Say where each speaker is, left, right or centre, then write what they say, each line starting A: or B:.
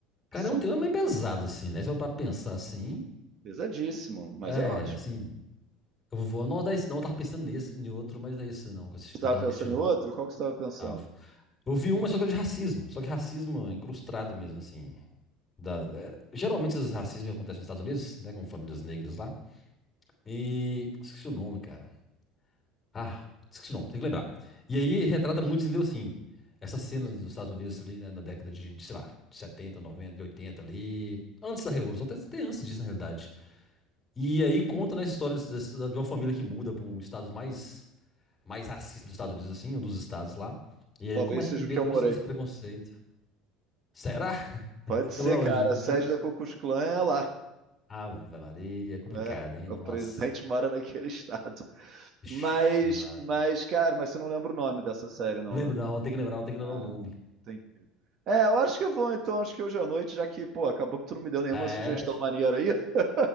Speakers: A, on the left; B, on the right.
A: Cara,
B: que são
A: é um tema meio pesado, assim, né? Se eu pra pensar assim.
B: pesadíssimo, mas
A: É,
B: é ótimo.
A: assim. Eu vou anotar esse não, eu tava pensando nesse, em outro, mas não é esse não, que eu assisti-
B: Você
A: que
B: estava
A: eu tava
B: pensando
A: que eu tinha
B: em
A: visto.
B: outro? Qual que você estava pensando?
A: Tava. Eu vi um, mas só que era de racismo. Só que racismo incrustado mesmo, assim. Da, é, geralmente esses racismos acontecem nos Estados Unidos, né? Com famílias negras lá. E. Esqueci o nome, cara. Ah, esqueci o nome, tem que lembrar. E aí retrata muito, entendeu? Assim, essas cenas dos Estados Unidos ali né, na década de, de, sei lá, de 70, 90, de 80 ali, antes da Revolução, até, até antes disso na realidade. E aí conta né, a história de, de uma família que muda para um estado mais, mais racista dos Estados Unidos, assim, um dos estados lá. E aí
B: Talvez
A: ele começa
B: seja
A: a viver
B: o que
A: todo
B: eu morei.
A: esse, esse preconceito. Será?
B: Pode
A: <laughs> Você
B: ser,
A: mora
B: cara,
A: onde? No,
B: a sede
A: no...
B: da Ku Klux Klan é lá.
A: Ave Maria, é complicado,
B: É.
A: hein? Nossa.
B: O presidente mora naquele <laughs> estado.
A: Ixi,
B: Mas
A: Maria.
B: mas, cara, mas você não lembra o nome dessa série não,
A: Lembro
B: né?
A: não, tem que lembrar, tem que lembrar
B: Ah,
A: o nome.
B: entendi. É, eu acho que eu vou, então, acho que hoje à noite, já que, pô, acabou que tu não me deu nenhuma
A: É,
B: sugestão maneira aí, <laughs>